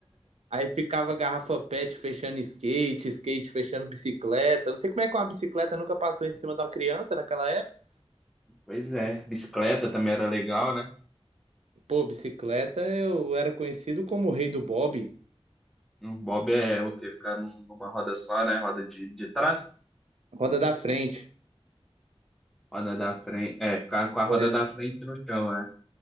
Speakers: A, on the right; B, in the centre.
A: aí ficava garrafa pet fechando skate, skate fechando bicicleta. Não sei como é que uma bicicleta nunca passou em cima de uma criança naquela época.
B: Pois é, bicicleta também era legal, né?
A: Pô, bicicleta eu era conhecido como o rei do bob,
B: Um bob é o quê? Ficar num- numa roda só, né? Roda de, de trás,
A: roda da frente.
B: roda da frente. É, ficar com a roda
A: É.
B: da frente no chão, né?